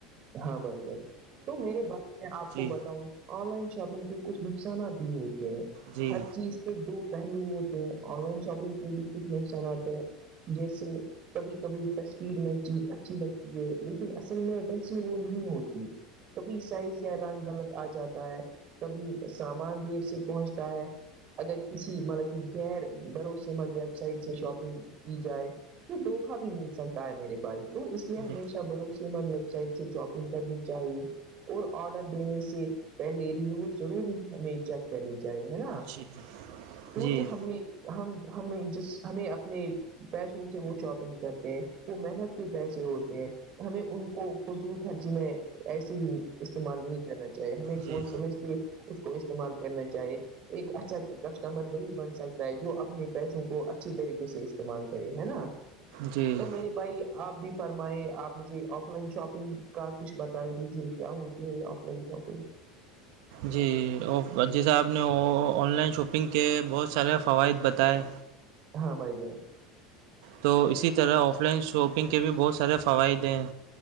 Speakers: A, on the right; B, on the right.
A: ہاں بھائی جان تو میرے بھائی میں آپ کو
B: جی
A: بتاؤں آن لائن شاپنگ کے کچھ نقصانات بھی ہوتے ہیں
B: جی
A: ہر چیز کے دو پہلو ہوتے ہیں آن لائن شاپنگ پہ بھی کچھ نقصانات ہیں جیسے کبھی کبھی تصویر میں چیز اچھی لگتی ہے لیکن اصل میں ایسی وہ نہیں ہوتی کبھی سائز یا رنگ غلط آ جاتا ہے کبھی سامان دیر سے پہنچتا ہے اگر کسی مطلب کہ غیر بھروسے مند ویب سائٹ سے شاپنگ کی جائے تو دھوکا بھی مٹ سکتا ہے میرے بھائی تو اس لیے ہمیشہ
B: جی
A: بھروسے مند رہ سائٹ سے شاپنگ کرنی چاہیے اور آڈر دینے سے پہلے ریویو ضرور ہمیں چیک کہنے چاہیے ہے نا
B: جی
A: کیونکہ
B: جی
A: ہم نے ہم ہم جس ہمیں اپنے پیسوں سے وہ شاپنگ کرتے ہیں وہ محنت کے پیسے ہوتے ہیں ہمیں ان کو خض ح جیں ایسے ہی استعمال نہیں کرنا چاہیے ہمیں
B: جی
A: سوچ سمجھ کے اس کو استعمال کرنا چاہے ایک اچھا کسٹمر وہی بن سکتا ہے جو اپنے پیسوں کو اچھی طریقے سے استعمال کرے ہے نا
B: جی
A: تو میرے بھائی آپ بھی فرمائے آپ مجھے آف لائن شاپ شنگ کا کچھ بتا دیجیے کیا ہوتی ہے یہ آف لائن شاپنگ <unintelligible>
B: جی جیسے آپ نے آن لائن شاپنگ کے بہت سارے فوائد بتائے
A: ہاں بائی چانس <unintelligible>
B: تو اسی طرح آف لائن شاپنگ کے بھی بہت سارے فوائد ہیں